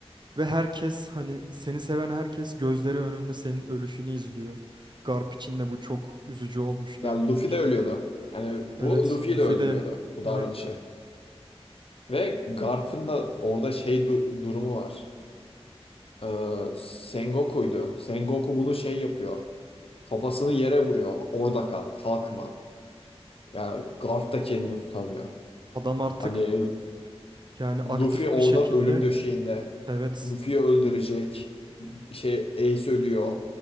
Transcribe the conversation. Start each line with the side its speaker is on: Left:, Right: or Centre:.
Right: Ve herkes hani seni seven herkes gözleri önünde senin ölüşünü izliyor. Garp için de bu çok üzücü olmuştur
Left: Ya
Right: eminim
Left: Luffy
Right: ki.
Left: de ölüyordu. Yani
Right: Evet,
Left: bu Luffy'yi
Right: Luffy
Left: de öldürüyordu
Right: de
Left: bu davranışı.
Right: evet
Left: Ve Garp'ın da orada şey du- durumu var. Ee, Sengoku'ydu. Sengoku bunu şey yapıyor. Kafasını yere vuruyor. Orada kal, kalkma. Ya Garp da kendini tutamıyor.
Right: adam artık
Left: Hani
Right: yani aktif
Left: Luffy orada
Right: bir şekilde
Left: ölüm döşeğinde.
Right: evet
Left: Luffy'yi öldürecek. Şey Ace ölüyor.